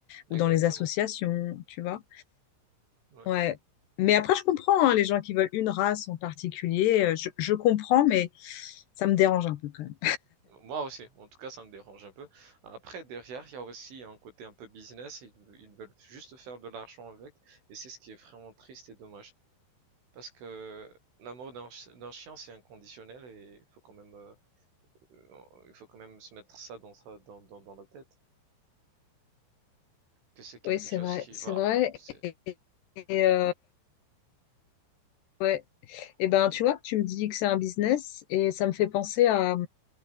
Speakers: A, on the right; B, on the left.
A: Exactement.
B: ou dans les associations, tu vois.
A: Ouais.
B: Ouais. Mais après, je comprends hein, les gens qui veulent une race en particulier. euh, Je, je comprends, mais ça me dérange un peu quand même.
A: Moi aussi, en tout cas, ça me dérange un peu. Après, derrière, il y a aussi un côté un peu business, ils, ils veulent juste faire de l'argent avec, et c'est ce qui est vraiment triste et dommage. Parce que l'amour d'un ch- d'un chien, c'est inconditionnel, et il faut quand même, euh, euh, il faut quand même se mettre ça dans sa, dans, dans, dans la tête, que c'est quelque
B: Oui, c'est
A: chose
B: vrai,
A: qui,
B: c'est
A: voilà,
B: vrai.
A: c'est,
B: Et, et, euh, ouais. Et ben, tu vois, tu me dis que c'est un business et ça me fait penser à,